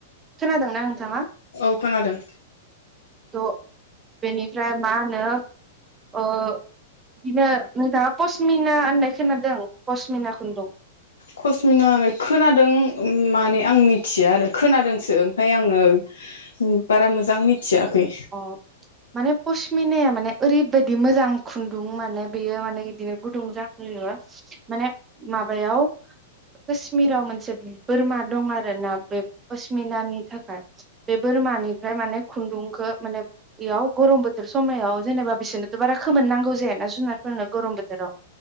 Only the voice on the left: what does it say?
औ खोनादों
कसमिना खोनादों माने आं मिथिया आरो खोनादोंसो ओमफाय आंङो बारा मोजां मि थियाखै